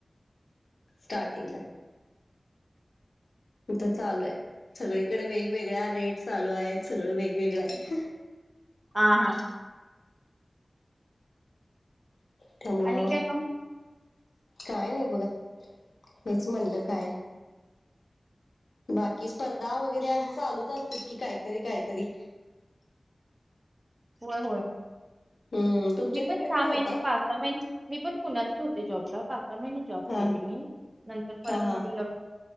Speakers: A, on the left; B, on the right.
A: स्टार्टिंगला तस चालू आहे सगळीकडे वेगवेगळ्या रेट चालू आहेत सगळं वेगवेगळं आहे.
B: हा हा.
A: त्यामुळे
B: आणि काय मग?
A: काय नाही बघा हेच म्हणलं काय. बाकी स्पर्धा वगैरे असं चालूच असत कि काहीतरी काहीतरी.
B: होय होय
A: हम्म तुमच्या
B: मी पण
A: तिकडे
B: सहा
A: होतात
B: महिने पाच सहा महिने मी पण पुण्यातच होते जॉबला पाच महिने जॉब
A: हा
B: केले मी नंतर परत
A: हा हा
B: मग ल